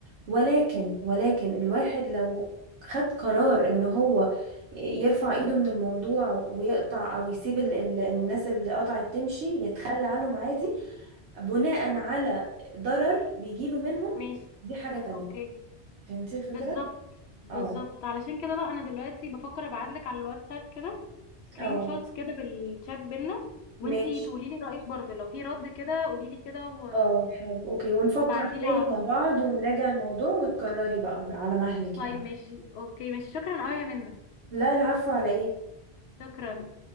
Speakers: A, on the right (about 85°); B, on the left (about 75°).
A: ولكن ولكن الواحد لو خد قرار ان هو يرفع ايده من الموضوع ويقطع او يسيب ال... ال- الناس اللي قطعت تمشي يتخلى عنهم عادي بناء على ضرر بيجيله منهم
B: ماشي
A: دي حاجة تانية
B: اوكي
A: فهمتي الفكرة؟
B: بالظبط بالظبط
A: اه
B: علشان كده بقى انا دلوقتي بفكر ابعتلك على الواتساب كده سكرين
A: اه
B: شوتس كده بالشات بينا وانتي
A: ماشي
B: تقولي لي رايك برضه لو في رد كده قولي لي كده و...
A: اه حلو اوكي ونفكر
B: وبعتيلي
A: تاني
B: على طول
A: مع بعض ونراجع الموضوع وتكرري بقى على مهلك
B: طيب
A: يعني
B: ماشي اوكي ماشي شكرا قوي يا منى
A: لا العفو على ايه
B: شكرا